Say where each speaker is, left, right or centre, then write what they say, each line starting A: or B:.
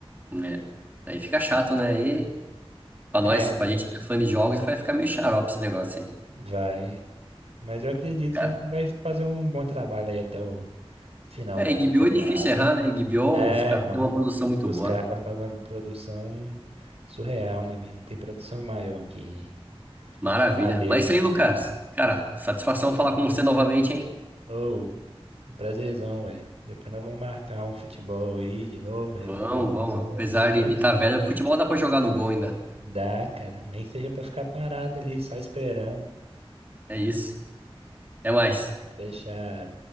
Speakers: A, on the right; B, on the right.
A: né? Aí fica chato, né? Aí, pra nós,
B: É.
A: pra gente que é fã de jogos, vai ficar meio xarope esse negócio aí.
B: Vai. Mas eu acredito
A: <laughs>
B: que vai fazer um bom trabalho aí até o final
A: É,
B: da
A: HBO
B: temporada,
A: é difícil errar,
B: né?
A: né? HBO,
B: É,
A: os caras
B: não.
A: têm uma produção muito
B: Os
A: boa.
B: caras fazem uma produção surreal, né, velho? Não tem produção maior que
A: Maravilha.
B: que a deles,
A: Mas é isso
B: não,
A: aí, Lucas.
B: cara.
A: Cara, satisfação falar com você novamente, hein?
B: Ô, um prazerzão, velho. Depois nós vamos marcar um futebol aí de novo, relembrar
A: Vamos,
B: uns
A: vamos. Apesar
B: velhos tempos.
A: de estar velho, o futebol dá pra jogar no gol ainda.
B: Dá, cara. Nem que seja pra ficar parado ali, só esperando.
A: É isso. Até mais.
B: Fechar.